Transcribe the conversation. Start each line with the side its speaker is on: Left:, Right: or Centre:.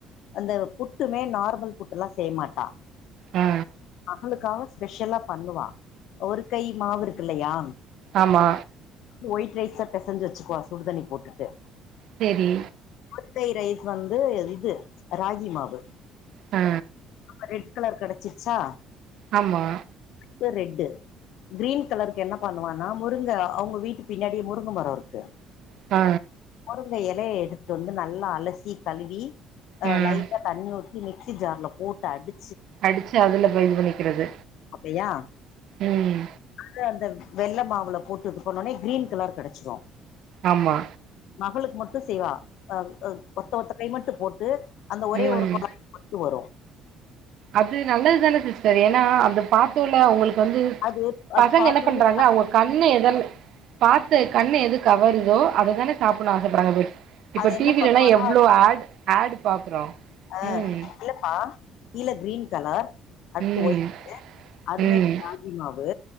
Left: அந்த புட்டுமே நார்மல் புட்டுல்லா செய்யமாட்டா
Right: ஆ
Left: அவளுக்காக ஸ்பெஷலா பண்ணுவா ஒரு கை மாவு இருக்கு இல்லியா
Right: ஆமா
Left: ஒயிட் ரைஸா பெசைஞ்சு வச்சுக்கவா சுடுதண்ணி போட்டுட்டு
Right: சேரி
Left: குற்கை ரைஸ் வந்து இது ராகி மாவு
Right: ஆ
Left: ரெட் கலர் கிடைச்சிச்சா
Right: ஆமா
Left: இப்ப ரெட்டு கிரீன் கலருக்கு என்ன பண்ணுவன முருங்க அவுங்க வீட்டு பின்னாடி முருங்க மரோ இருக்கு
Right: அ
Left: முருங்க எலைய எடுத்து வந்து நல்ல அலசி கழுவி அ
Right: ம்.
Left: லைட்டா தண்ணி ஊத்தி மிக்சி ஜார்ல போட்டு அடி
Right: அடிச்சு அதுல பேய் இது பண்ணிக்கிறது
Left: அப்டியா
Right: ம்.
Left: இப்ப அந்த வெள்ள மாவுல போட்டு இது பண்ணவுனே க்ரீன் கலர் கெடைச்சிரு
Right: ஆமா
Left: மகளுக்கு மட்டு செய்வா அ அ ஒத்த ஒத்த கை மட்டு போட்டு அந்த ஒரே
Right: ம்.
Left: ஒரு குழ மட்டு வரு
Right: அது நல்லதுதானே சிஸ்டர் ஏன்னா அந்த பாத்தோல அவுங்களுக் கு வந்து
Left: அது அது
Right: பசங்க
Left: பாத்தோனே
Right: என்ன பண்றாங்க அவுங்க கண்ணு எத பாத்து கண்ணு எது கவருதோ அதுதான சாப்புனு ஆசைப்படுறாங்கபோய் இப்ப
Left: அது
Right: டீவிலல்லா
Left: என்ன பண்ணுவானா
Right: எவ்ளோ ஆட் ஆடூ பாக்குறோ
Left: அ
Right: ம்.
Left: இல்லப்பா கீழ க்ரீன் கலர் அடுத்து
Right: ம்.
Left: ஒய்ட்டு அது
Right: ம்.
Left: மேரி ராகிமாவு